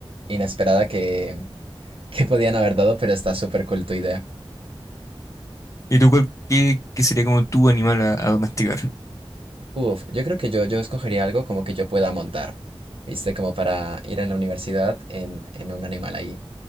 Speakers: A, on the right; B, on the left.
A: inesperada que, que podían haber dado, pero está súper cool tu idea.
B: ¿Y tú cuál, qué, qué sería como tu animal a a domesticar?
A: Uf, yo creo que yo, yo escogería algo como que yo pueda montar, ¿viste? Como para ir a la universidad en, en un animal ahí.